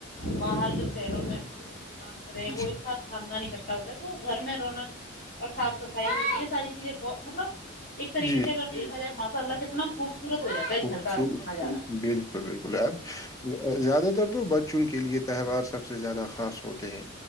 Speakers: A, on the left; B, on the left.
A: باہر جو شہروں میں کام کر رہے ہیں
B: جی
A: وہ ایک ساتھ خاندان اکٹھا ہوتا ہے تو گھر میں رونا اور صاف صفائی یہ ساری چیزیں بہت مطلب ایک طریقے
B: جی
A: سے اگر دیکھا جائے ماسء اللہ کتنا میں خوب سورت ہو جاتا ہے
B: خوبصور
A: گھر کا نظارہ
B: بالکل بالکل ایب زیادہ تر تو بچ چوںک کے لیئے تہوار سب سے زیادہ خاص ہوتے ہیں